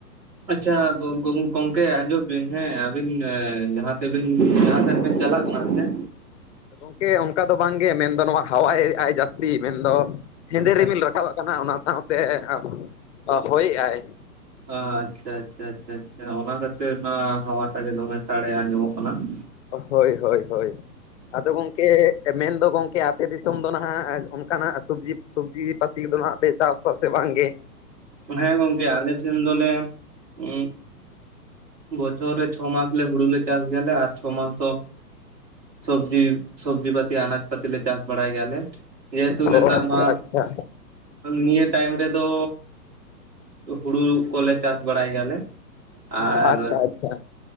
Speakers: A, on the right; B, on the left.
A: ᱟᱪᱪᱷᱟ ᱜᱚ-ᱜᱚᱝ-ᱜᱚᱝᱠᱮ ᱟᱸᱡᱚᱢ ᱵᱤᱱ ᱦᱮᱸ ᱟᱵᱤᱱ ᱮ ᱡᱟᱦᱟ ᱛᱮ ᱵᱤᱱ ᱡᱟᱦᱟ ᱥᱮᱱ ᱵᱤᱱ ᱪᱟᱞᱟᱜ ᱠᱟᱱᱟ ᱥᱮ? <unintelligible>
B: <inaudible> ᱜᱚᱝᱠᱮ ᱚᱱᱠᱟ ᱫᱚ ᱵᱟᱝ ᱜᱮ ᱢᱮᱱ ᱫᱚ ᱱᱚᱣᱟ ᱦᱟᱣᱟᱭ ᱮᱜᱟᱭ ᱡᱟᱹᱥᱛᱤ ᱢᱮᱱ ᱫᱚ ᱦᱮᱸᱫᱮ
A: ᱟᱪᱪᱷᱟ
B: ᱨᱤᱢᱤᱞ ᱨᱟᱠᱟᱵ ᱠᱟᱱᱟ ᱚᱱᱟ ᱥᱟᱶᱛᱮ <inaudible> ᱦᱚᱭ ᱮᱜᱟᱭ ᱾
A: ᱟᱪᱪᱷᱟ ᱟᱪᱪᱷᱟ ᱟᱪᱪᱷᱟ ᱟᱪᱪᱷᱟ ᱚᱱᱟ ᱠᱷᱟᱹᱛᱤᱨ ᱚᱱᱟ ᱦᱟᱣᱟ ᱴᱟᱜ ᱜᱮ ᱫᱚᱢᱮ ᱥᱟᱲᱮ ᱟᱸᱡᱚᱢᱚᱜ ᱠᱟᱱᱟ ᱾
B: ᱦᱳᱭ, ᱦᱳᱭ, ᱦᱳᱭ, ᱟᱫᱚ ᱜᱚᱝᱠᱮ ᱢᱮᱱ ᱫᱚ ᱜᱚᱝᱠᱮ ᱟᱯᱮ ᱫᱤᱥᱚᱢ ᱫᱚ ᱱᱟᱦᱟᱜ ᱚᱱᱠᱟᱱᱟᱜ ᱥᱚᱵᱽᱡᱤ ᱥᱚᱵᱽᱡᱤ ᱯᱟᱹᱛᱤ ᱠᱚᱫᱚ ᱱᱟᱜ ᱯᱮ ᱪᱟᱥᱼᱟ ᱥᱮ ᱵᱟᱝ ᱜᱮ?
A: ᱦᱮᱸ ᱜᱚᱝᱠᱮ ᱟᱞᱮ ᱥᱮᱱ ᱫᱚ ᱞᱮ ᱩᱸ ᱵᱚᱪᱷᱚᱨ ᱨᱮ ᱪᱷᱚ ᱢᱟᱥ ᱞᱮ ᱦᱩᱲᱩ ᱞᱮ ᱪᱟᱥ ᱜᱮᱭᱟ ᱞᱮ ᱟᱨ ᱪᱷᱚ ᱢᱟᱥ ᱫᱚ ᱥᱚᱵᱽᱡᱤ ᱥᱚᱵᱽᱡᱤ ᱯᱟᱹᱛᱤ ᱟᱱᱟᱪᱽ ᱯᱟᱹᱛᱤ ᱞᱮ ᱪᱟᱥ ᱵᱟᱲᱟᱭ ᱜᱮᱭᱟ ᱞᱮ ᱡᱮ ᱦᱮᱛᱩ
B: ᱚ
A: ᱱᱮᱛᱟᱨ
B: ᱟᱪᱪᱷᱟ
A: ᱢᱟ
B: ᱟᱪᱪᱷᱟ
A: ᱱᱤᱭᱟᱹ ᱴᱟᱭᱤᱢ ᱨᱮᱫᱚ, ᱦᱩᱲᱩ ᱠᱚᱞᱮ ᱪᱟᱥ ᱵᱟᱲᱟᱭ ᱜᱮᱭᱟ ᱞᱮ᱾ ᱟᱨ
B: ᱟᱪᱪᱷᱟ ᱟᱪᱪᱷᱟ